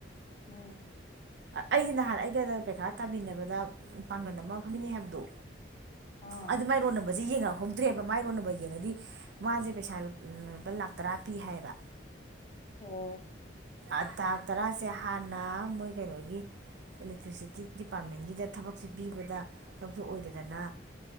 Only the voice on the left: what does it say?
ꯎꯝ
ꯑꯥ
ꯑꯣ